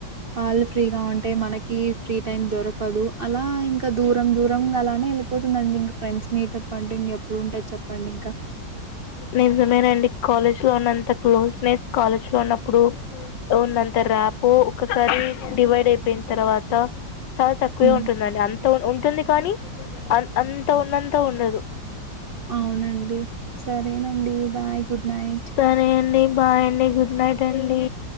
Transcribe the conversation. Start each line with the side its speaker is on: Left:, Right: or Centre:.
Right: వాళ్ళు ఫ్రీగా ఉంటే మనకి ఫ్రీ టైమ్ దొరకదు అలా ఇంకా దూరం దూరం అలానే వెళ్ళిపోతుందండి ఇంక ఫ్రెండ్స్ మీటప్ అంటూ ఇంక ఎప్పుడు ఉంటది చెప్పండి ఇంకా
Left: నిజమేనండి కాలేజ్ లో ఉన్నంత క్లోజ్నెస్ కాలేజ్ లో ఉన్నప్పుడు ఉన్నత ర్యాపు ఒకసారి డివైడ్ అయిపోయిన తర్వాత చాలా తక్కువే
Right: ఉమ్,
Left: ఉంటుందండి అంత ఉ ఉంటుంది కానీ అ అంత ఉన్నంత ఉండదు
Right: అవునండి సరేనండి బాయ్ గుడ్ నైట్
Left: సరే అండి బాయ్ అండి గుడ్ నైట్ అండి